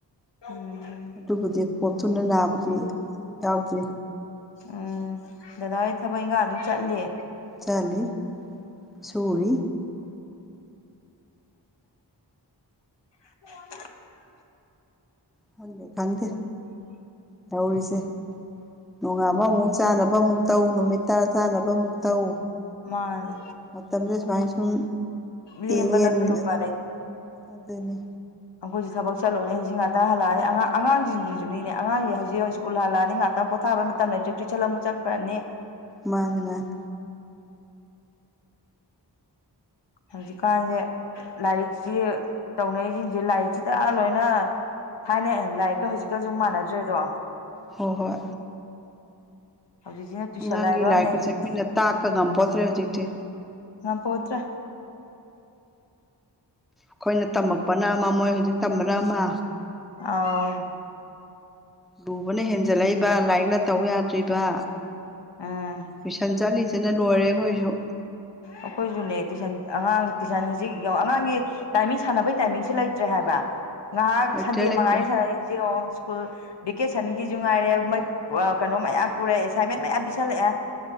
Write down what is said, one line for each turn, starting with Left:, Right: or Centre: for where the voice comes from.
Left: ꯎꯝ
Centre: ꯑꯗꯨꯕꯨꯗꯤ ꯄꯣꯞꯇꯨꯅ ꯅꯥꯕꯗꯤ ꯌꯥꯥꯎꯗ꯭ꯔꯤ
Left: ꯎꯝ ꯗꯗꯥ ꯍꯣꯏ ꯊꯕꯛ ꯏꯪꯈꯥꯡ ꯑꯗꯨꯝ ꯆꯠꯂꯦ
Centre: ꯆꯥꯠꯂꯤ ꯁꯨꯔꯤ
Left: <unintelligible>
Centre: ꯈꯪꯗꯦ ꯈꯪꯗꯦ ꯇꯧꯔꯤꯁꯦ ꯅꯣꯡꯉꯥꯕ ꯑꯃꯨꯛ ꯆꯥꯅꯕ ꯑꯃꯨꯛ ꯇꯧ ꯅꯨꯃꯤꯠ ꯇ ꯆꯥꯅꯕ ꯑꯃꯨꯛ ꯇꯧ
Left: ꯃꯥꯅꯦ
Centre: ꯃꯇꯝꯗ ꯁꯨꯃꯥꯏ ꯁꯨꯝ
Left: ꯂꯦꯝꯕ
Centre: ꯂꯦꯟꯒꯦ
Left: ꯅꯠꯇꯅ ꯎꯄꯥꯏ
Centre: ꯑꯗꯨꯅꯤ
Left: ꯑꯩꯪꯈꯣꯏꯁꯨ ꯊꯛ ꯆꯠꯂꯨꯔꯅꯦ ꯍꯧꯖꯤꯛ ꯉꯥꯛꯇ ꯍꯜꯂꯛꯑ ꯑꯉꯥꯡ ꯑꯉꯥꯡꯁꯤꯡꯁꯤꯁꯨꯅꯤꯅꯦ ꯑꯉꯥꯡꯁꯦ ꯍꯧꯖꯤꯛ ꯍꯧꯖꯤꯛ ꯏꯁ꯭ꯀꯨꯜꯂꯛꯑꯅꯤ ꯉꯥꯛꯇ ꯄꯣꯊꯥꯕ ꯃꯇꯝꯗ ꯇꯨꯏꯁꯟ ꯑꯃꯨꯛ ꯆꯠꯈ꯭ꯔꯅꯤ
Centre: ꯃꯥꯥꯅꯦ ꯃꯥꯅꯦ
Left: ꯍꯧꯖꯤꯀꯥꯟꯖꯦ ꯂꯥꯏꯔꯤꯛꯁꯤ ꯇꯧꯅꯩꯁꯤꯡꯁꯦ ꯂꯥꯏꯔꯤꯛꯁꯤꯗ ꯂꯣꯏꯅ ꯊꯥꯏꯅꯦ ꯂꯥꯏꯔꯤꯛꯀ ꯍꯧꯖꯤꯛꯀꯁꯨ ꯃꯥꯟꯅꯗ꯭ꯔꯦꯗꯣ
Centre: ꯍꯣꯏ ꯍꯣꯏ
Left: ꯍꯧꯖꯤꯛꯁꯤꯅ ꯇꯨꯁꯟ
Centre: ꯑꯉꯥꯡꯒꯤ
Left: ꯍꯥꯏꯕꯝꯅꯦ
Centre: ꯂꯥꯏꯔꯤꯛꯀꯁꯦ
Left: ꯍꯧꯖꯤꯛꯇꯤ
Centre: ꯑꯩꯈꯣꯏꯅ ꯇꯥꯛꯀ ꯉꯝ ꯄꯣꯠꯇ꯭ꯔꯦ ꯍꯧꯖꯤꯛꯇꯤ
Left: ꯉꯝꯄꯣꯇ꯭ꯔꯦ
Centre: ꯑꯩꯈꯣꯏꯅ ꯇꯝꯃꯛꯄꯅ ꯑꯃ ꯃꯣꯏ ꯍꯧꯖꯤꯛ ꯇꯝꯕꯅ ꯑꯃ
Left: ꯑꯥꯎ
Centre: ꯂꯨꯕꯅ ꯍꯦꯟꯖꯜꯂꯛꯏꯕ ꯂꯥꯏꯔꯤꯛꯅ ꯇꯧ ꯌꯥꯗ꯭ꯔꯤꯕ
Left: ꯎꯝ
Centre: ꯇꯨꯏꯁꯟ ꯆꯠꯂꯤꯁꯤ ꯁꯤꯅ ꯂꯣꯏꯔꯦ ꯑꯩꯈꯣꯏꯁꯨ
Left: ꯑꯩꯈꯣꯏꯁꯨꯅꯦ ꯇꯨꯏꯁꯟ ꯑꯉꯥꯡ ꯇꯨꯏꯁꯟ ꯍꯧꯖꯤꯛ ꯑꯉꯥꯡꯒꯤ ꯇꯥꯏꯃꯤꯡ ꯁꯥꯟꯅꯕꯩ ꯇꯥꯏꯃꯤꯡꯁꯦ ꯂꯩꯇ꯭ꯔꯦ ꯍꯥꯏꯕ ꯉꯥꯏꯍꯥꯛ
Centre: ꯂꯩꯇ꯭ꯔꯦ
Left: ꯁꯟꯗꯦ
Centre: ꯂꯩꯇ꯭ꯔꯦ
Left: ꯃꯉꯥꯔꯤ ꯁꯥꯟꯅꯔꯤꯁꯤ ꯌꯦꯉ ꯁ꯭ꯀꯨꯜ ꯚꯦꯀꯦꯁꯟꯒꯤꯁꯨ ꯉꯥꯏꯔꯦ ꯃꯣꯏ ꯀꯩꯅꯣ ꯃꯌꯥꯝ ꯄꯨꯔꯑꯦ ꯑꯦꯁꯥꯏꯟꯃꯦꯟ ꯃꯌꯥꯝ ꯄꯤꯁꯜꯂꯛꯑꯦ